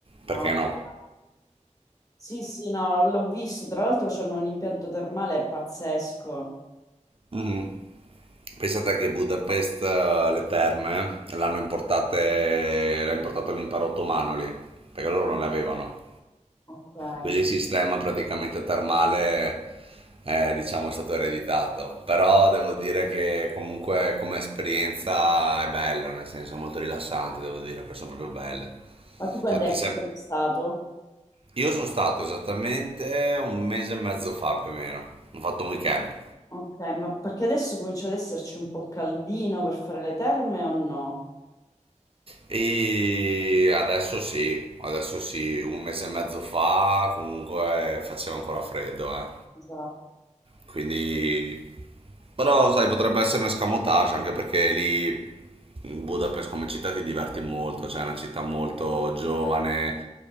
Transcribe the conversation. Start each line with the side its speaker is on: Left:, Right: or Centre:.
Left: ok.
Right: Perché no?
Left: Sì, sì, no, no, l'ho visto, tra l'altro c'hanno un impianto termale pazzesco.
Right: Mhm. Pensate che Budapest, eh, le terme, eh, l'hanno importate, l'ha importato l'impero ottomano lì, perché loro non le avevano.
Left: Ok. Ma
Right: Quindi il sistema praticamente termale, eh, diciamo, è stato ereditato. Però devo dire che comunque come esperienza è bello, nel senso è molto rilassante, devo dire, perché sono proprio belle.
Left: tu quando
Right: Sette-
Left: è che
Right: se-
Left: sei stato?
Right: Io sono stato esattamente un mese e mezzo fa più o meno, ho fatto un weekend.
Left: Ok, ma perché adesso comincia ad esserci un po' caldino per fare le terme o no?
Right: E adesso sì, adesso sì, un mese e mezzo fa comunque faceva ancora freddo, eh.
Left: Esatto.
Right: Quindi, però sai, potrebbe essere un escamotage anche perché lì Budapest come città ti diverti molto, cioè è una città molto giovane,